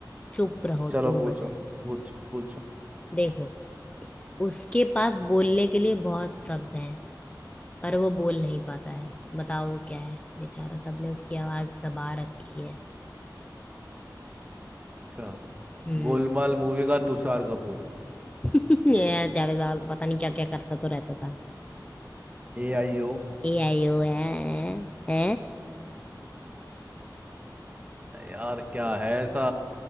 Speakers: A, on the left; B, on the right.
A: चुप रहो
B: चलो
A: दो
B: पूछो
A: बचा है
B: पूछो पूछो
A: देखो उसके पास बोलने के लिए बहुत शब्द हैं पर वो बोल नहीं पाता है बताओ वो क्या है बेचारा सबने उसकी आवाज दबा रखी है
B: अच्छा
A: हम्म
B: गोलमाल मूवी का तुषार कपूर
A: <laughs> ये जावेद बाबा पता नहीं क्या क्या करता तो रहता था
B: ए आई ओ
A: ए आई ओ ए है
B: यार क्या है ऐसा